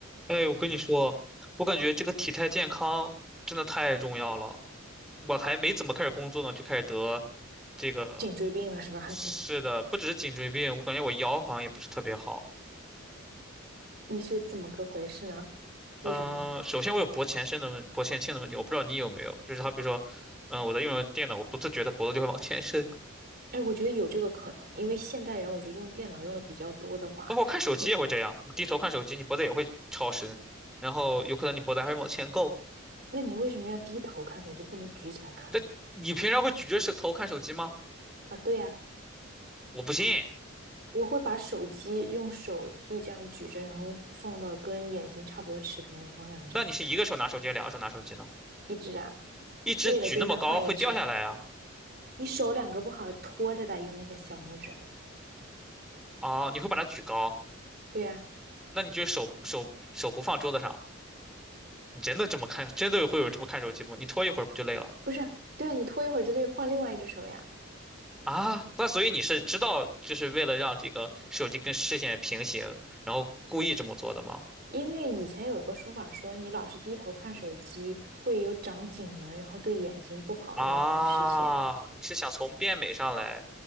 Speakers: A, in the centre; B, on the right.
A: 哎，我跟你说，我感觉这个体态健康真的太重要了。我还没怎么开始工作呢，就开始得这个，
B: 颈椎病了是吧？
A: 是的，
B: <laughs>
A: 不只是颈椎病，我感觉我腰好像也不是特别好。
B: 你是怎么个回事呢？
A: 嗯、
B: 为啥呢？
A: 首先我有脖前伸的问，脖前倾的问题，我不知道你有没有。就是好比说，嗯、我在用着电脑，我不自觉的脖子就会往前伸，
B: 哎，我觉得有这个可能，因为现代人我觉得用电脑用的比较多的话，
A: 包括看手机也会这样。
B: 你
A: 你低头看手机，你脖子也会超伸，然后有可能你脖子还会往前够。
B: 那你为什么要低头看手机，不能举起来看呢？
A: 这你平常会举着手头看手机吗？
B: 啊，对呀，
A: 我不信，
B: 我会把手机用手臂这样举着，然后放到跟眼睛差不多持平的方向这样子看，
A: 那你是一个手拿手机，两个手拿手机呢？
B: 一只啊，
A: 一直举那么高会掉下来啊
B: 累了就再换一只。你手两个不好拖着的，用那个小拇指。
A: 啊！你会把它举高，
B: 对呀，
A: 那你就手手手不放桌子上。你真的这么看？真的会有人这么看手机吗？你拖一会儿不就累了
B: 不是啊，对啊，你拖一会儿就得换另外一只手呀。
A: 啊？那所以你是知道，就是为了让这个手机跟视线平行，然后故意这么做的吗？
B: 因为以前有一个说法说，你老是低头看手机会有长颈纹，然后对眼睛不好，
A: 啊，
B: 因为那个视线
A: 你是想从变美上来